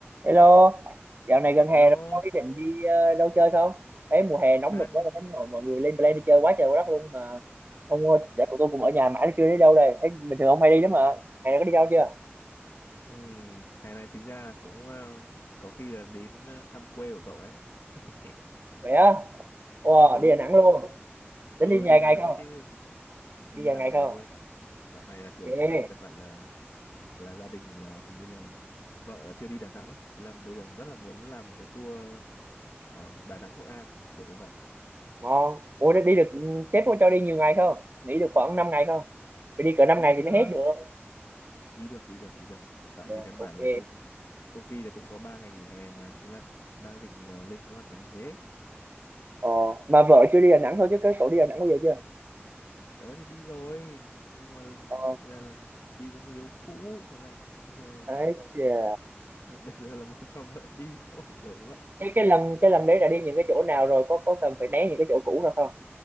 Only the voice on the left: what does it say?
Hello,
đang
<laughs> ừ, hè này chính ra là cũng ờ, có khi là đến ờ, thăm quê của cậu đấy. <laughs>
ừ,
ừ
đi
Đà
Nẵng
chứ, đi
dài
ngày
luôn. Dạo này là kiểu
tại vì căn bản là là gia đình là hình như là vợ là chưa đi Đà Nẵng, thế là bây giờ rất là muốn làm một cái tour ờ, Đà Nẵng Hội An kiểu như vậy.
Đi
được,
đi được, đi được, đi được. Tại
vì căn
bản là công công ty là cũng có 3 ngày nghỉ hè mà, thế là đang định ờ, lên kế hoạch là như thế.
tớ thì đi rồi nhưng mà
thực ra là đi với người yêu cũ thế là bây giờ
<laughs> bây giờ là muốn cho vợ đi thôi kiểu như vậy